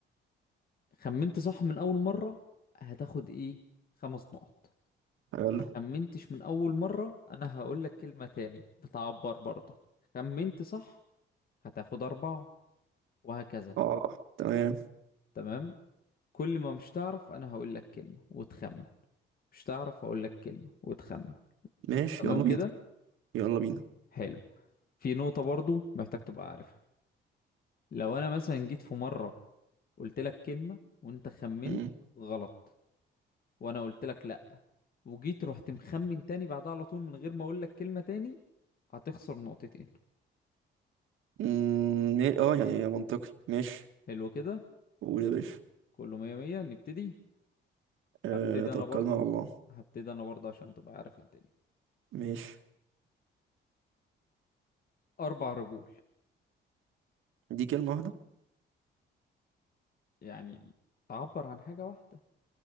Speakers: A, on the left; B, on the right.
A: خمنت صح من اول مرة هتاخد ايه خمس نقط
B: حلو
A: ما خمنتش من اول مرة انا هقول لك كلمة تاني بتعبر برضه خمنت صح هتاخد اربعة وهكذا
B: اه تمام
A: تمام كل ما مش تعرف انا هقول لك كلمة وتخمن مش تعرف اقول لك كلمة وتخمن
B: ماشي
A: تمام
B: يلا بينا
A: كده
B: يلا بينا
A: حلو في نقطة برضو محتاج تبقى عارفها لو انا مثلا جيت في مرة قلت لك كلمة وانت خمنت
B: مم.
A: غلط وانا قلت لك لا وجيت رحت مخمن تاني بعدها على طول من غير ما اقول لك كلمة تاني هتخسر نقطتين
B: مم، ما- اه يعني منطقي ماشي
A: حلو كده
B: قول يا باشا
A: كله مية مية نبتدي
B: أه
A: هبتدي
B: توكلنا
A: انا برضو
B: على الله
A: هبتدي انا برضو عشان تبقى عارف الدنيا
B: ماشي
A: اربع رجول
B: دي كلمة واحدة
A: يعني تعبر عن حاجة واحدة